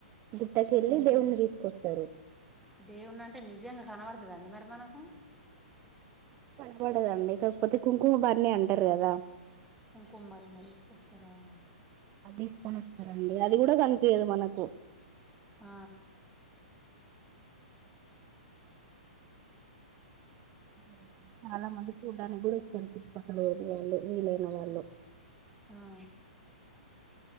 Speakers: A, on the right; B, in the centre.
A: గుట్టకి ఎలి దేవున్ని తీసుకో సరు
B: దేవున్నా అంటే నిజంగా కనబడతుంది అదా అన్ని మరిమానకు
A: కనబడదండి కాకపోతే కుంకుమ బన్ని అంటారు కదా
B: ఇంకమ్మడినా తీసుకొస్తారా అని
A: అది తీసుకొని వస్తారండి అది కూడా కనిపించదు మనకు
B: ఆ
A: రుగుతుంది చాలా మంది చూడ్డానికి కూడా ఇస్తారు చుట్టుక్కల పోడి వాళ్ళు వీలైన వాళ్ళు
B: ఆ